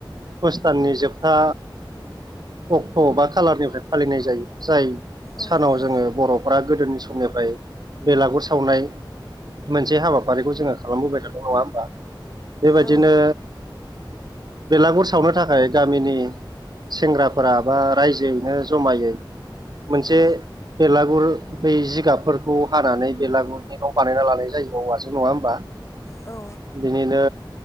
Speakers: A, on the right; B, on the left.
A: पुस दाननि जोबथा अक्ट' बा खालारनिफ्राय फालिनाय जायो जाय
B: औ
A: सानाव
B: औ
A: जोङो बर'फोरा गोदोनि समनिफ्राय बेलागुर सावनाय मोनसे हाबाफारिखौ जोङो खालामबोबाय थादों नङा होमबा बेबायदिनो
B: औ
A: बेलागुर सावनो थाखाय गामिनि सेंग्राफोरा बा रायजोयैनो जमायै मोनसे
B: औ
A: बेलागुर बै जिगाबफोरखौ हानानै बेलागुर नेटआव बानायना लानाय जायोब औवाजों नङा होनोमबा?
B: औ
A: बिनिनो